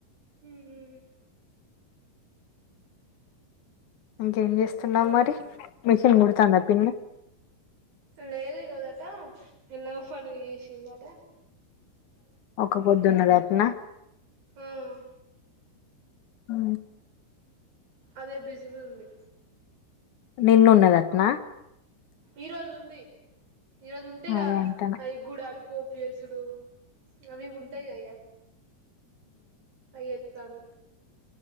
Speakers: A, on the right; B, on the left.
A: హ్మ్
B: ఇంకేం చేస్తున్నావ్ మరి మిషన్ కుడుతుంద పిం
A: లేదు ఇరోదాటా ఎలా పడుదు చేషందాట
B: ఒక పొద్దున్నది అట్నా
A: మ్మ్
B: అ
A: అదే బిజి ఉంది
B: నిన్ను ఉన్నది అతనా
A: ఈ రోజు ఉంది ఈరోజు ఉంటేగా
B: అదే అంటన
A: ఆ గుడాలు పోపు వేసుడు అవి ఉంటాయిగా ఇగ అయ్యత్తాలు